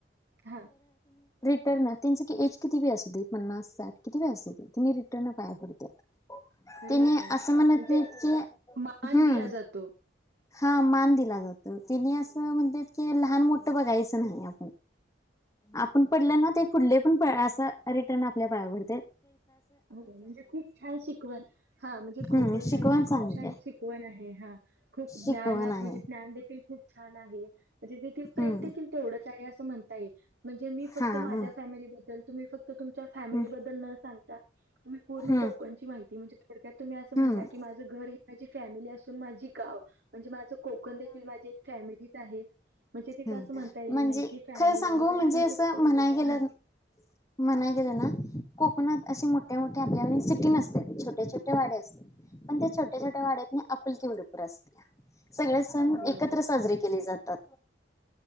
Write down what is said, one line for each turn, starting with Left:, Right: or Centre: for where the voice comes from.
Right: हां.
Left: रिर्न त्यांच एज किती वे असू दे पन्नास साठ किती वे असू दे ति रिटर्न पाया पडत
Right: अरे
Left: तिने
Right: वाह!
Left: असं म्हणतलेत
Right: म्हणजे
Left: की
Right: मान
Left: हम्
Right: दिला जातो.
Left: हा मान दिला जातो तिने असं म्हणत की लहान मोठं बघायचं नाही आप आपण पडलं ना ते पुुढले पण अस रिटर्न आपल्या पायावर
Right: हो म्हणजे खूप छान शिकवण हा म्हणजे कोकण
Left: हम्म
Right: साईडची
Left: शिकवण चांगली
Right: खूप छान
Left: आहे
Right: शिकवण आहे ह हा खूप
Left: शिकवण
Right: ज्ञानात
Left: आहे
Right: म्हणजे ज्ञान देखील खूप छान आहे म्हणजे तेथील प्रेम
Left: हम्म
Right: देखील तेवढंच आहे असं म्हण म्हणजे मी फक्त
Left: हा
Right: माझ्या
Left: ह
Right: फॅमिलीबद्दल तुम्ही फक्त तुमच्या फॅमिलीबद्दल
Left: हम्म
Right: न सांगता तुम्ही पूर्ण
Left: हम्म
Right: कोकणची माहिती म्हणजे थोडक्यात तुम्ही असं म्हटलं
Left: हम्म
Right: की माझं घर हे माझी फॅमिली असून माझी गाव म्हणजे माझं कोकण देखील माझी एक फॅमिलीच आहे म्हणजे तिथं
Left: ह
Right: असं म्हणता येईल
Left: म्हणजे
Right: नाही की फॅमिली
Left: खरं सांगू म्हणजे
Right: आपण
Left: असं
Right: फक्त
Left: म्हणाय गेलं
Right: हा
Left: मना गले ना ख अे मोठे मोठे आपल्या सिटी नसते छोटे छोटे वाड्या असात पण त्या छोट्या छोट्या वाड्यात पल क वरपूर असस्त सगळे सण
Right: देवा
Left: एकत्र साजरे केले जातात